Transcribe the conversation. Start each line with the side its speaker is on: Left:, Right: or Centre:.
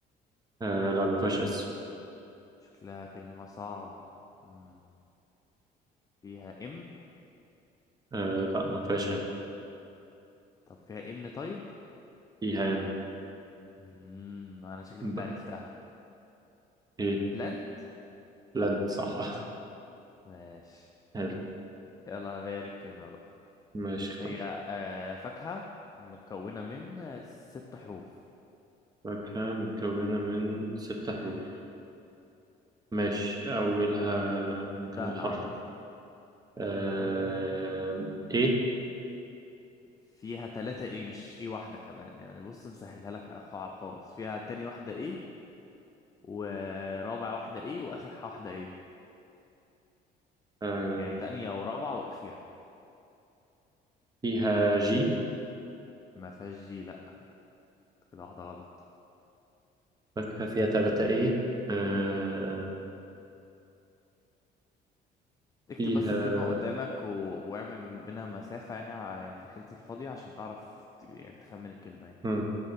Right: آه لا ما فيهاش اس
Left: شكلها كلمة صعبة مم. فيها ام
Right: آه لا ما فيهاش ام
Left: طب فيها ان طيب
Right: ايهان
Left: مم. انا شكلي
Right: ب...
Left: كده عرفتها
Right: ايه
Left: بلانت
Right: لن صح
Left: ماشي
Right: <laughs> حلو
Left: يلا انا ليا لك كلمة بقى
Right: ماشي اختار
Left: هي آه فاكهة مكونة من آه، ست حروف
Right: فاكهة مكونة من ست حروف ماشي أولها ممكن
Left: سهلة
Right: الحرف
Left: عامة
Right: آه... إيه
Left: فيها تلاتة ايه مش ايه واحدة كمان يعني بص مسهلها لك خ- على خالص فيها تاني واحدة ايه ورابع واحدة ايه واخر واحدة ايه
Right: آه...
Left: يعني تانية ورابعة واخيرة
Right: فيها جي
Left: ما فيهاش جي لا كده واحدة غلط
Right: فاكهة فيها تلاتة إيه آه...
Left: اكتب
Right: فيها
Left: بس الكلمة قدامك و... واعمل بينها مسافة يعني ع- في الحتة الفاضية عشان تعرف ت... يعني تخمن الكلمة يعني
Right: مم.